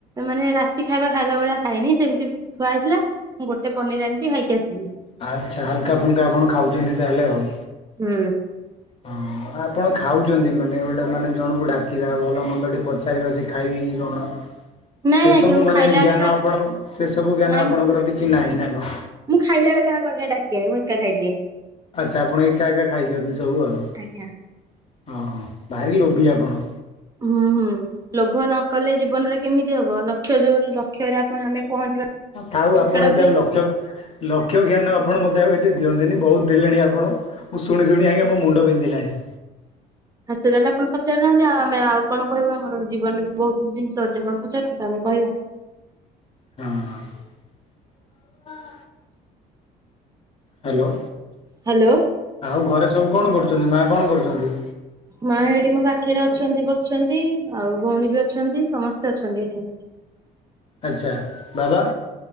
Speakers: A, on the right; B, on the left.
A: ମାନେ ରାତି ଖାଇବା ଖାଇଲା ଭଳିଆ ଖାଇନି ସେମିତି ଥୁଆ ହେଇଥିଲା। ମୁଁ ଗୋଟେ ପନିର ଆଣିକି ଖାଇକି ଆସିଲି।
B: ଆଚ୍ଛା ହାଲୁକା ଫୁଲୁକା ଆପଣ ଖାଉଚନ୍ତି ତାହେଲେ ଆଉ?
A: ହୁଁ।
B: ହଁ। ଆ ଆପଣ ଖାଉଛନ୍ତି ମାନେ ଗୋଟେ ମାନେ ଜଣଙ୍କୁ ଡାକିବା, ଭଲ ମନ୍ଦ ଟେ ପଚାରିବା, ସେ ଖାଇବେ କି କଣ।
A: ନାଇଁ
B: ସେ
A: ଆଜ୍ଞା
B: ସବୁ
A: ମୁଁ
B: ମାନେ
A: ଖାଇଲା
B: ଜ୍ଞାନ
A: ବେଳେ କାହାକୁ
B: ଆପଣ ସେ ସବୁ ଜ୍ଞାନ
A: ନାଇଁ
B: ଆପଣଙ୍କର କିଛି ନାହିଁ ନା କଁ।
A: ମୁଁ ଖାଇଲା ବେଳେ କାହାକୁ ଆଉ ଡକେନି ମୁଁ ଏକା ଖାଇଦିଏ।
B: ଆଚ୍ଛା ଆପଣ ଏକା ଏକା ଖାଇଦିଅନ୍ତ ସବୁ ଆଉ।
A: ଆଜ୍ଞା
B: ହଁ ଭାରି ଲୋବି ଆପଣ।
A: ହୁଁ ହୁଁ ଲୋଭ ନ କଲେ ଜୀବନରେ କେମିତି ହବ ଲକ୍ଷ ଯୋଉ ଲକ୍ଷରେ ଆପଣ ଆମେ ପହଞ୍ଚିବା
B: ଥାଉ ଆପଣ
A: ସେଟା
B: ଏତେ
A: ପୁଣି
B: ଆଉ ଲକ୍ଷ। ଲକ୍ଷ୍ୟ ଜ୍ଞାନ ଆପଣ ମୋତେ ଆଉ ଏତେ ଦିଅନ୍ତିନି ବହୁତ ଦେଲେଣି ଆପଣ। ମୁଁ ଶୁଣି ଶୁଣି ଆଜ୍ଞା ମୋ ମୁଣ୍ଡ ବିନ୍ଧିଲାଣି।
A: ହ ସେ ତାହେଲେ ଆପଣ ପଚାରୁନାହାନ୍ତି ଆଉ ଆମେ ଆଉ କଣ କହିବୁ ଆମ ଜୀବନରେ ବହୁତ କିଛି ଜିନିଷ ଅଛି ଆପଣ ପଚାରୁନ୍ତୁ ଆମେ କହିବା।
B: ହଁ <unintelligible> ହ୍ୟାଲୋ।
A: ହ୍ୟାଲୋ।
B: ଆଉ ଘରେ ସବୁ କଣ କରୁଛନ୍ତି ମା କଣ କରୁଛନ୍ତି?
A: ମା ଏଇଠି ମୋ ପାଖରେ ଅଛନ୍ତି ବସିଛନ୍ତି ଆଉ ଭଉଣୀ ବି ଅଛନ୍ତି ସମସ୍ତେ ଅଛନ୍ତି ଏଠି।
B: ଆଚ୍ଛା ବାବା?